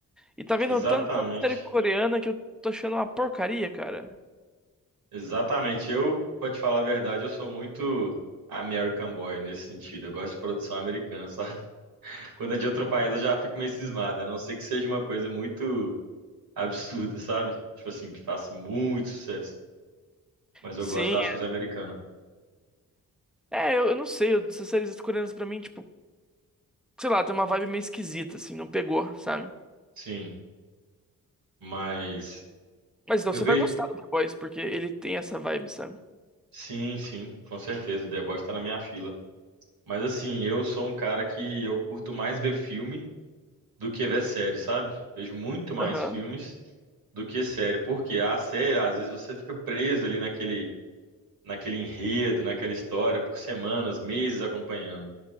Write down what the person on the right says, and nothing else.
Exatamente,
exatamente. Eu, pra te falar a verdade, eu sou muito American Boy nesse sentido. Eu gosto de produção americana, <laughs> sabe? Quando é de outro país, eu já fico meio cismado, a não ser que seja uma coisa muito absurda, sabe? Tipo assim, que faça muito sucesso. Mas
eu gosto das coisas americanas.
Sim, mas
eu
vejo.
Sim, sim, com certeza. The Boys tá na minha fila. Mas assim, eu sou um cara que eu curto mais ver filme do que ver série, sabe? Vejo muito mais
filmes do que série. Porque a série, às vezes, você fica preso ali naquele, naquele enredo, naquela história por semanas, meses acompanhando.